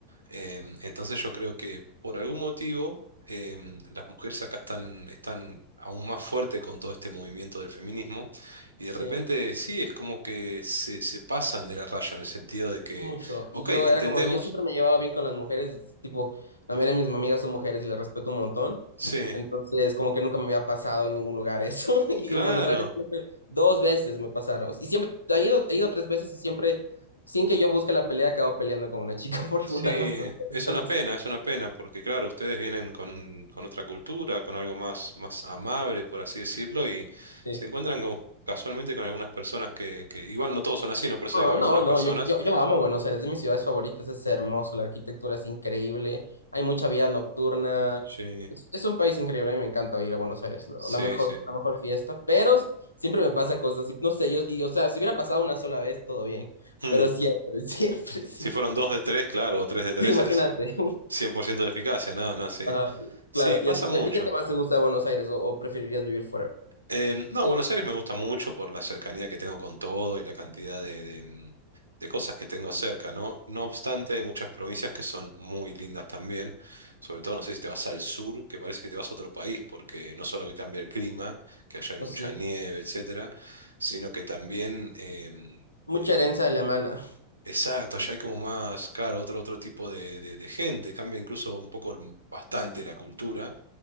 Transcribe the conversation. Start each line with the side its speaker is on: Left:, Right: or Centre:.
Right: Em, entonces yo creo que por algún motivo em, las mujeres acá están, están aún más fuertes con todo este movimiento del feminismo y de
Left: sí,
Right: repente sí, es como que se, se pasan de la raya en el sentido de que,
Left: mucho.
Right: ok,
Left: Y yo
Right: entendemos,
Left: era como que yo siempre me llevaba bien con las mujeres, tipo, la mayoría de mis amigas son mujeres y las respeto un montón.
Right: sí,
Left: Entonces, como que nunca me había pasado en ningún lugar eso. <laughs> Y
Right: claro,
Left: en Buenos Aires siempre, dos veces me pasaron. Y siempre, he ido, he ido tres veces y siempre, sin que yo busque la pelea, acabo peleando con una chica <laughs> por
Right: sí,
Left: alguna razón que desconozco.
Right: es una pena, es una pena porque claro, ustedes vienen con, con otra cultura, con algo más, más amable, por así decirlo, y
Left: Sí.
Right: se encuentran con- casualmente con algunas personas que, que igual no todos son así, no por eso
Left: No,
Right: digo algunas
Left: no, no,
Right: personas.
Left: yo, yo, yo amo Buenos Aires, es de mis ciudades favoritas, es hermoso, la arquitectura es increíble, hay mucha vida nocturna,
Right: Sí,
Left: es, es un país increíble, a mí me encanta ir a Buenos Aires, lo-
Right: sí,
Left: la mejor,
Right: sí.
Left: la mejor fiesta, pero siempre me pasan cosas así, no sé, yo, y, o sea, si hubiera pasado una sola vez, todo bien,
Right: Hmm.
Left: pero siempre, <laughs> siempre, siempre,
Right: Si fueron dos de tres, claro, o tres de tres
Left: sí, imagínate,
Right: es 100% de eficacia, no,
Left: <laughs>
Right: no, sí.
Left: Ajá,
Right: Sí,
Left: claro,
Right: pasa
Left: ¿y a ti,
Right: mucho.
Left: y a ti qué te más te gusta de Buenos Aires o, o preferirías vivir fuera?
Right: Em, no, Buenos Aires me gusta mucho por la cercanía que tengo con todo y la cantidad de, de, mm, de cosas que tengo cerca, ¿no? No obstante, hay muchas provincias que son muy lindas también, sobre todo, no sé si te vas al sur, que parece que te vas a otro país, porque no solo que cambia el clima, que allá hay mucha
Left: No sé,
Right: nieve, etcétera, sino que también... em,
Left: mucha
Right: eh,
Left: herencia alemana,
Right: Exacto, allá hay como más, claro, otro, otro tipo de, de- de gente, cambia incluso un poco el- bastante la cultura.